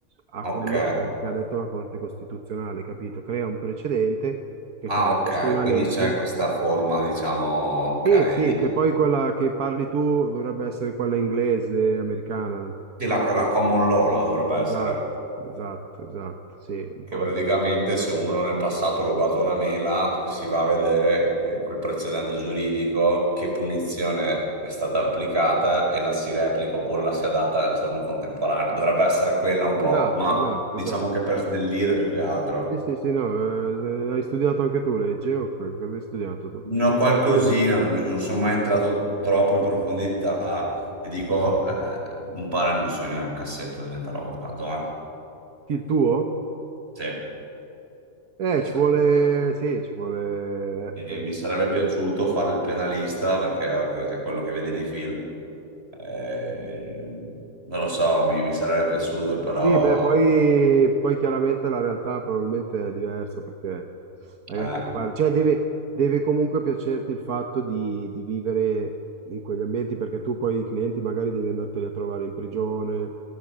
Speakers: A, on the right; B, on the right.
A: a
B: Ok,
A: quello che, che ha detto la Corte Costituzionale, capito? Crea un precedente che
B: ah
A: è come
B: ok,
A: se fosse una
B: quindi
A: legge.
B: c'è questa forma, diciamo, ok,
A: Sì, sì,
B: di-
A: che poi quella che parli tu dovrebbe essere quella inglese, americana.
B: sì, la, la common law, no? Dovrebbe
A: Esatto,
B: essere.
A: esatto, esatto, sì, un po'.
B: Che praticamente se uno nel passato ha rubato una mela, si va a vedere eh, quel precedente giuridico, che punizione è stata applicata e la si replica oppure la si adatta al giorno contemporaneo. Dovrebbe essere quella un po',
A: Esatto,
B: ma
A: esatto,
B: diciamo
A: esatto.
B: che
A: esatto.
B: per snellire più che altro.
A: Sì, sì, sì, no, eh, eh, hai studiato anche tu legge o co- cosa hai studiato tu?
B: No, qualcosina, non, mi- non sono mai entrato troppo in profondità. Ti dico, eh, eh, un po' era il mio sogno nel cassetto diventare avvocato, eh?
A: Il tuo?
B: Sì,
A: Eh,
B: sì,
A: ci
B: sì.
A: vuole, sì, ci vuole,
B: Mi
A: eh, eh,
B: mi sarebbe piaciuto fare il penalista perché è quello che vedi nei film. Ehm, non lo so, mi, mi sarebbe piaciuto, però...
A: Sì, beh, poi, poi chiaramente la realtà probabilmente è diversa perché hai
B: eh,
A: a che fare, cioè deve, deve comunque piacerti il fatto di, di vivere in quegli ambienti perché tu poi i clienti magari devi andarteli a trovare in prigione,